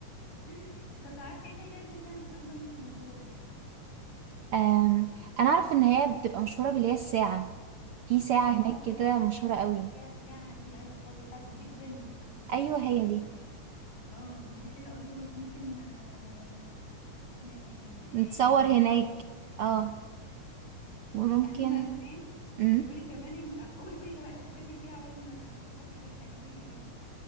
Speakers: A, on the left (about 80°); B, on the right (about 80°).
A: <laughs> طب تعرفي ايه تاني طيب مثلا في لندن ممكن نزوره
B: أم، انا اعرف ان هي بتبقى مشهوره باللي هي الساعه في ساعه
A: اه
B: هناك كده مشهوره
A: كنت
B: قوي
A: ناسيها الساعه دي انا خالص ساعه البيج بن
B: ايوه هي دي
A: اه فدي حلوة قوي دي برضه ممكن آه، ن- ن-
B: نتصور هناك
A: نعملها
B: اه
A: مم.
B: وممكن
A: وبعدين بقى كمان
B: امم
A: بيقولي كمان ان آه، قولي قولي طبعا الاماكن كده عقبال ما افكر في حاجة تانية قولي الاماكن